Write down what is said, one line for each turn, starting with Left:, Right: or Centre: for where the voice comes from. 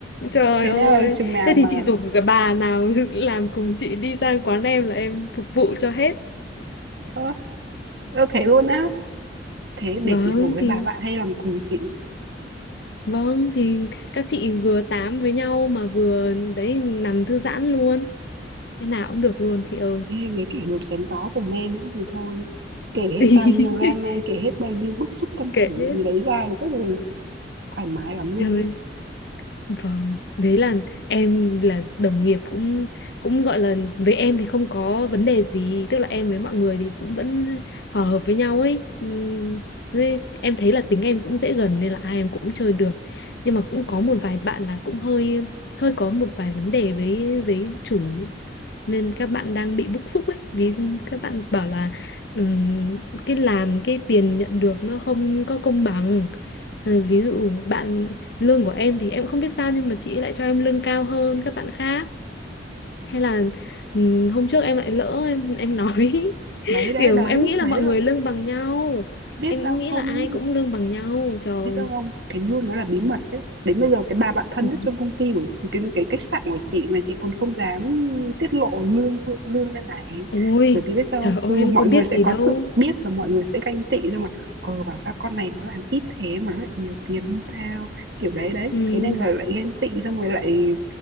Left: <laughs> Trời
Right: thế nên
Left: ơi.
Right: là chừng nào
Left: Thế
Right: mà
Left: thì chị rủ cái bà nào <laughs> làm cùng chị đi sang quán em là em phục vụ cho hết.
Right: ơ ơ thế luôn á thế để
Left: Vâng
Right: chị rủ với
Left: thì
Right: bà bạn hay làm cùng chị
Left: vâng thì các chị vừa tám với nhau mà vừa đấy nằm thư giãn luôn. Thế nào cũng được luôn chị ơi.
Right: hay với kẻ được chém gió cùng em nữa thì thôi kể hết
Left: <laughs>
Right: bao nhiêu drama kể hết bao nhiêu bức xúc căng
Left: Kệ
Right: thẳng
Left: hết.
Right: gì đấy ra thì chắc là thoải mái lắm luôn
Left: Trời
Right: ấy
Left: Vâng, đấy là em là đồng nghiệp cũng cũng gọi là với em thì không có vấn đề gì, tức là em với mọi người thì cũng vẫn hòa hợp với nhau ấy. Ừm, với- em thấy là tính em cũng dễ gần nên là ai em cũng chơi được. Nhưng mà cũng có một vài bạn là cũng hơi hơi có một vài vấn đề với với chủ nên các bạn đang bị bức xúc ấy, vì các bạn bảo là ừm, cái làm cái tiền nhận được nó không có công bằng. Ờ, Ví dụ bạn lương của em thì em không biết sao nhưng mà chị ấy lại cho em lương cao hơn các bạn khác thế là ừm, hôm trước em lại lỡ em em nói <laughs>
Right: đấy đấy
Left: kiểu
Right: đấy
Left: em nghĩ là
Right: đấy
Left: mọi
Right: là
Left: người lương bằng nhau
Right: biết
Left: em
Right: sao
Left: nghĩ
Right: không
Left: là ai cũng lương bằng nhau trời
Right: biết sao không cái luôn nó là bí mật đấy đến bây giờ cái bà bạn thân
Left: Ừ.
Right: nhất trong công ty của cái cái khách sạn của chị mà chị còn không dám tiết lộ lương lương lên này
Left: ôi
Right: bởi vì biết sao
Left: trời
Right: không
Left: ơi
Right: ừ,
Left: em
Right: mọi
Left: có biết
Right: người sẽ
Left: gì
Right: có
Left: đâu
Right: sự biết và mọi người sẽ ganh tị thôi mà ờ bảo ra con này nó làm ít thế mà nó lại nhiều tiền hơn tao kiểu đấy đấy
Left: ừ.
Right: thế nên là lại ganh tị xong rồi lại